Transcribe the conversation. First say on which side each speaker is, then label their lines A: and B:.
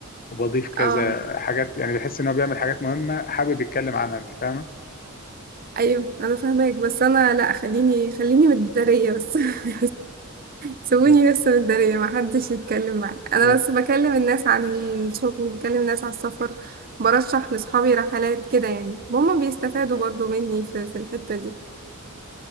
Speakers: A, on the left; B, on the right.
A: وبضيف كذا
B: اه
A: حاجات يعني بيحس ان هو بيعمل حاجات مهمة حابب يتكلم عنها انت فاهمة؟
B: أيوه أنا فاهماك بس أنا لأ خليني خليني متدارية بس <laughs> سيبوني
A: مم.
B: بس متدارية ما حدش يتكلم معايا أنا
A: انا
B: بس بكلم الناس عن الشغل بكلم الناس على السفر برشح لصحابي رحلات كده يعني هما بيستفادوا برضو مني في في الحتة دي